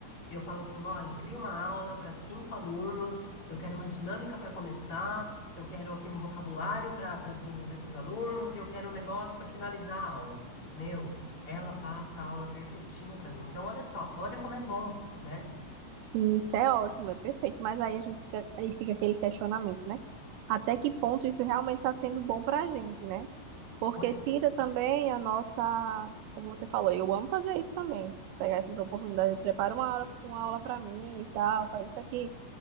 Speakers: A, on the left (about 25°); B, on the right (about 80°).
A: Eu falo assim, olha, cria uma aula para cinco alunos, eu quero uma dinâmica para começar, eu quero aqui um vocabulário para para desenvolver com os alunos e eu quero um negócio para finalizar a aula. Meu, ela passa a aula perfeitinha para mim. Então, olha só, olha como é bom, né?
B: Sim, isso é ótimo, é perfeito. Mas aí a gente fica, aí fica aquele questionamento, né? Até que ponto isso realmente está sendo bom para a gente, né? Porque
A: Pois
B: tira também a nossa, como você falou, eu amo fazer isso também, pegar essas oportunidades, prepara uma aula, uma aula para mim e tal, faz isso aqui.